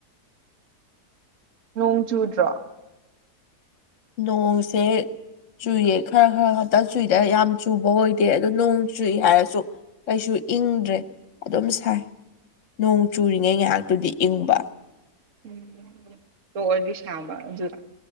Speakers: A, on the right; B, on the left.
A: ꯅꯣꯡ ꯆꯨꯗ꯭ꯔꯣ
B: ꯅꯣꯡꯁꯦ ꯆꯨꯏꯌꯦ ꯈꯔ ꯈꯔ ꯈꯛꯇ ꯆꯨꯏꯗ ꯌꯥꯝ ꯆꯨꯕ ꯑꯣꯏꯗꯦ ꯑꯗꯣ ꯅꯣꯡ ꯆꯨꯏ ꯍꯥꯏꯔꯁꯨ ꯀꯩꯁꯨ ꯏꯪꯗ꯭ꯔꯦ ꯑꯗꯨꯝ ꯁꯥꯏ ꯅꯣꯡ ꯆꯨꯔꯤꯉꯩ ꯉꯥꯏꯍꯥꯛꯇꯨꯗꯤ ꯏꯪꯕ
A: ꯎꯝ ꯇꯣꯛꯑꯗꯤ ꯁꯥꯡꯕ ꯑꯗꯨꯅ